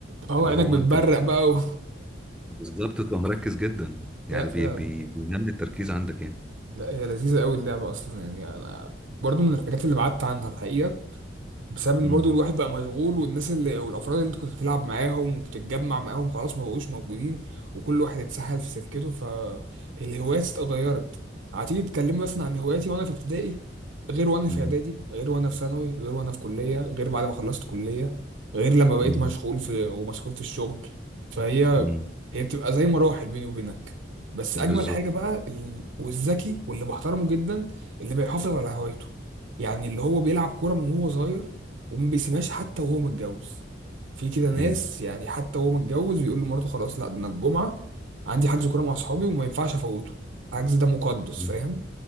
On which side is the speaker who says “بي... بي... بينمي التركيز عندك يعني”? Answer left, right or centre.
Centre